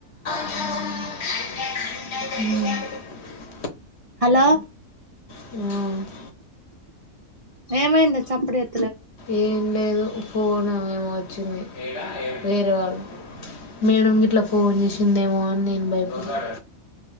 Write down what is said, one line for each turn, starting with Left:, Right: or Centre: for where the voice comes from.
Left: ఉహ్
Right: హలో
Left: ఆ
Right: ఏమైందే చప్పుడ్ చే
Left: ఏం లేదు ఫోన ఏమో వచ్చింది. వేరేవాళ్ మేడం గిట్లా ఫోన్ చేసిందేమో ఆనీ నేన్ భయపడే